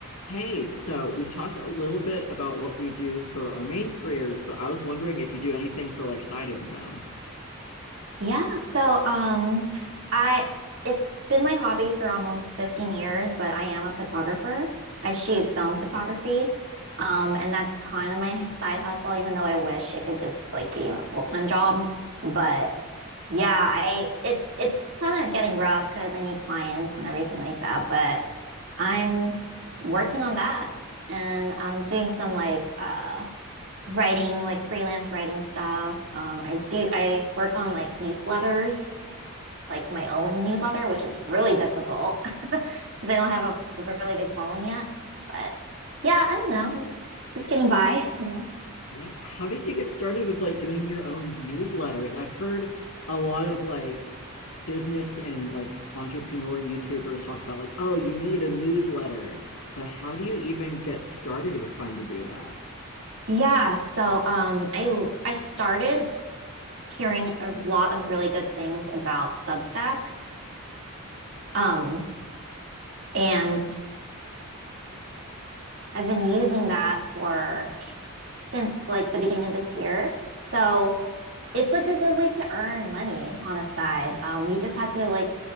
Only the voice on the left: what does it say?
Hey, so we've talked a little bit about what we do for our main careers, but I was wondering if you do anything for like side income.
Yeah. How did you get started with like doing your own newsletters? I've heard a lot of like business and like entrepreneur YouTubers talk about like, oh, you need a newsletter. But how do you even get started with trying to do that?